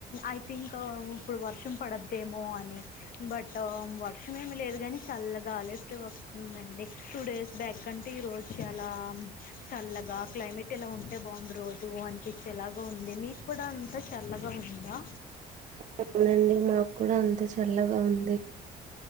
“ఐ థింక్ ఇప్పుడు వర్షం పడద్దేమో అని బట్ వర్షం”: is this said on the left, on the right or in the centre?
Left